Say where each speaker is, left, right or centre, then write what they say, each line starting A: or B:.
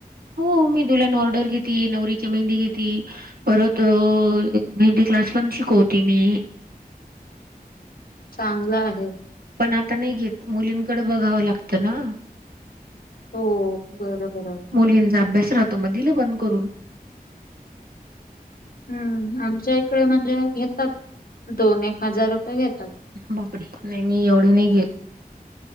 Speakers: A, on the right; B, on the left.
A: हो मी दुल्हन ऑर्डर घेती नवरीची मेहंदी घेती परत मेहंदी क्लास पन शिकवती मी
B: चांगलं आहे
A: पण आता नाही घेत मुलींकड बघावं लागतं ना
B: हो बरं बर
A: मुलींचा अभ्यास राहतो म दिल बंद करून
B: हू आमच्या इकडे म्हणजे घेतात दोन एक हजार रुपय घेतात
A: बापरे नाही मी एवढे नाही घेत